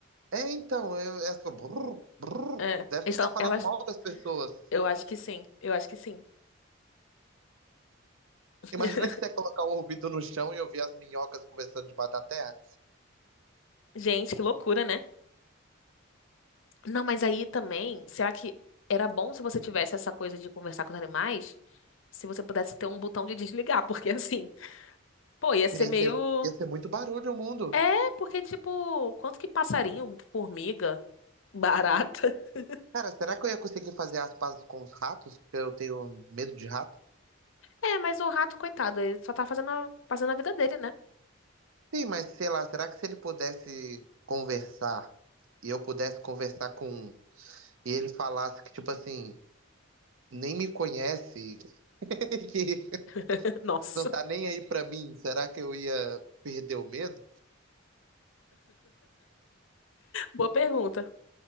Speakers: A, on the right (about 70°); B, on the left (about 65°).
A: É, então, eu, é assim, eu fico, brrr, brrr.
B: É.
A: deve
B: Eles
A: ficar
B: são-
A: falando
B: Elas.
A: mal das pessoas.
B: Eu acho que sim. Eu acho que sim. <laughs>
A: Imagina que você ia colocar o ouvido no chão e ouvir as minhocas conversando debaixo da terra.
B: Gente, que loucura, né? Não, mas aí também, será que era bom se você tivesse essa coisa de conversar com os animais? Se você pudesse ter um botão de <laughs> desligar, porque assim, pô, ia ser
A: Ia
B: meio.
A: ser, ia ser muito barulho o mundo.
B: É, porque tipo, quanto que passarinho, formiga, barata. <laughs>
A: Cara, será que eu ia conseguir fazer as pazes com os ratos? Porque eu tenho medo de rato.
B: É, mas o rato, coitado, ele só tá fazendo a, fazendo a vida dele, né?
A: Sim, mas sei lá, será que se ele pudesse conversar e eu pudesse conversar com um, e ele falasse que, tipo assim, nem me conhece, <laughs> que
B: <laughs> Nossa,
A: não tá nem aí pra mim, será que eu ia perder o medo?
B: boa pergunta.